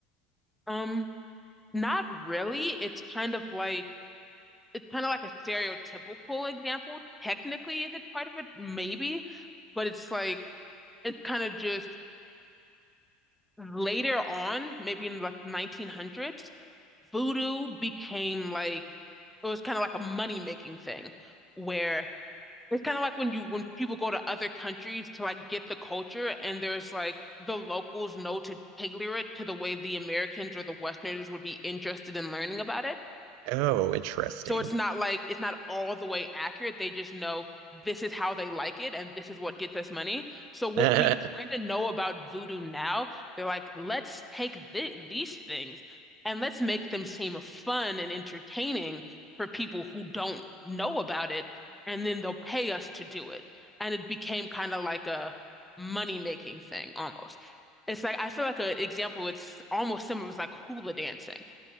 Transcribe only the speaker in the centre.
Um, not really. It's kind of like it's kind of like a stereotypical example. Technically, is it part of it? Maybe, but it's like it's kind of just later on, maybe in like 1900s voodoo became like it was kind of like a money making thing where it's kind of like when you when people go to other countries to like get the culture and there's like the locals know to tailor it to the way the Americans or the Westerners would be interested in learning about it.
So it's not like it's not all the way accurate. They just know this is how they like it and this is what gets us money. So what
we kind of know about voodoo now, they're like, let's take th these things and let's make them seem fun and entertaining for people who don't know about it, and then they'll pay us to do it. And it became kind of like a money-making thing almost. It's like I feel like an example it's almost similar is like hula dancing